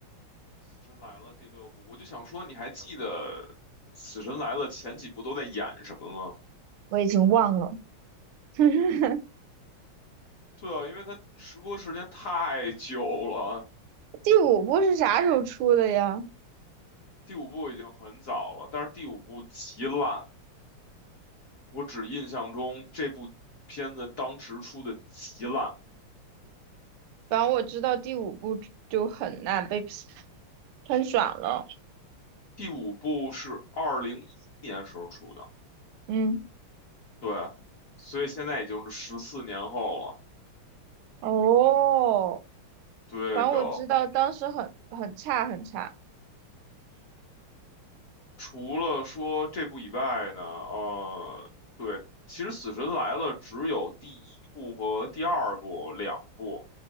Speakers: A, on the left; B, on the right.
A: 《死神来了》第六部？我就想说，你还记得《死神来了》前几部都在演什么吗？
B: 我已经忘了 <laughs>
A: 对啊，因为它时播时间太久了，
B: 第五部是啥时候出的呀？
A: 第五部已经很早了，但是第五部极烂，我只印象中这部片子当时出的极烂，
B: 反正我知道第五部就很烂，被 <laughs> 喷爽了。
A: 第五部是二零一一年时候出的。
B: 嗯，
A: 对，所以现在已经是十四年后了。
B: 哦，
A: 对的，
B: 反正我知道当时很很差很差，
A: 除了说这部以外呢，呃，对，其实《死神来了》只有第一部和第二部两部